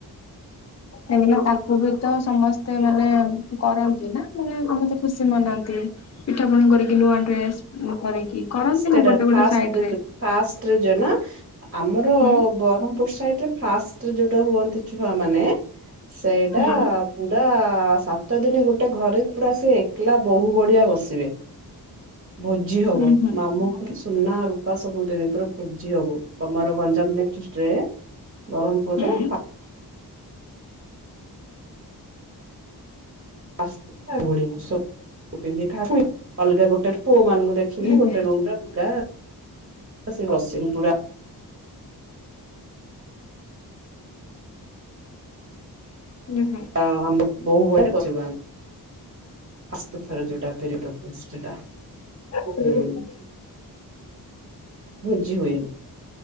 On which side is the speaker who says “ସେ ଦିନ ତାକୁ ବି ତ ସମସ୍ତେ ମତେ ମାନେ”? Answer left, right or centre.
Left